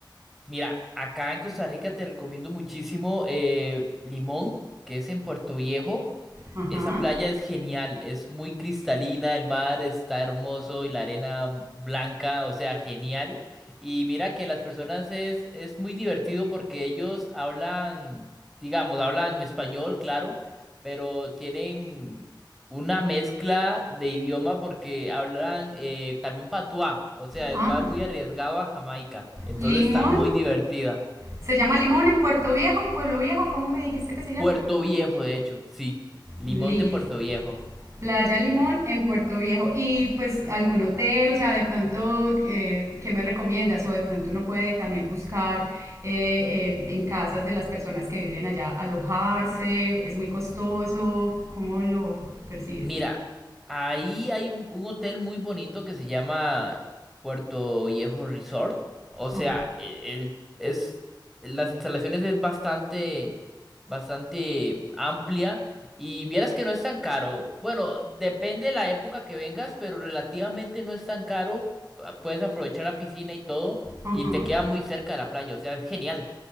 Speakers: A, in the centre; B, on the right.
A: Mira, acá en Costa Rica te recomiendo muchísimo eh, Limón, que es en Puerto Viejo.
B: Ajá.
A: Esa playa es genial, es muy cristalina, el mar está hermoso y la arena blanca, o sea, genial. Y mira que las personas es, es muy divertido porque ellos hablan, digamos, hablan español, claro, pero tienen una mezcla de idioma porque hablan eh, también patuá, o sea,
B: Ah,
A: es- va muy arriesgado a Jamaica, entonces
B: Limón.
A: está muy divertida.
B: ¿Se llama Limón en Puerto Viejo, Pueblo Viejo? ¿Cómo me dijiste que se llama?
A: Puerto Viejo, de hecho, sí, Limón
B: Listo.
A: de Puerto Viejo.
B: Playa Limón en Puerto Viejo. Y pues algún hotel, o sea, de pronto, eh, ¿qué me recomiendas? O de pronto uno puede también buscar eh, eh, en casas de las personas que viven allá alojarse, es muy costoso, ¿cómo lo percibes?
A: Mira, ahí hay un un hotel muy bonito que se llama Puerto Viejo Resort. O sea,
B: Ah,
A: e- el, es, las instalaciones es bastante, bastante amplia y vieras que no es tan caro. Bueno, depende de la época que vengas, pero relativamente no es tan caro. Ah, Puedes aprovechar la piscina y todo
B: ajá.
A: y te queda muy cerca de la playa. O sea, es genial.